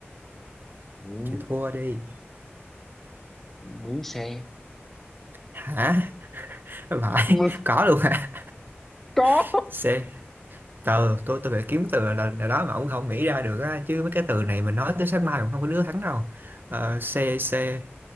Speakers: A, in the centre; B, on the right.
A: mướn
B: chịu thua đi
A: mướn xe
B: hả <laughs> phải
A: Mà
B: có luôn hả
A: có
B: <laughs> C từ tôi tôi phải kiếm từ là, là đó mà ông không nghĩ ra được á chứ mấy cái từ này mình nói tới sáng mai cũng không có đứa thắng đâu ờ, xe xe